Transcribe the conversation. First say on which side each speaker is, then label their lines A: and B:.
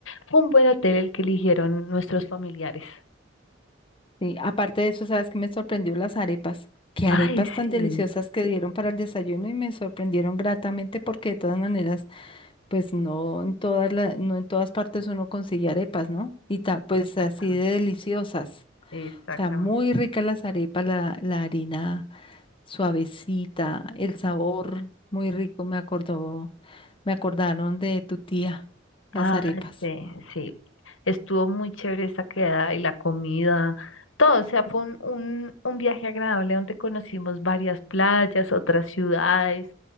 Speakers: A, on the left; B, on the left.
A: Fue un buen hotel el que eligieron nuestros familiares.
B: Sí, aparte de eso, ¿sabes qué me sorprendió las arepas? Qué arepas
A: Ay,
B: tan
A: sí,
B: deliciosas que dieron para el desayuno y me sorprendieron gratamente porque de todas maneras... Pues no en todas la- no en todas partes uno consigue arepas, ¿no? Y ta- pues
A: exactamente,
B: así de deliciosas.
A: exactamente.
B: O sea, muy ricas las arepas, la, la harina suavecita, el sabor muy rico, me acordó, me acordaron de tu tía,
A: Ay,
B: las arepas.
A: sí, sí. Estuvo muy chévere esa quedada y la comida, todo. O sea, fue un, un, un viaje agradable donde conocimos varias playas, otras ciudades.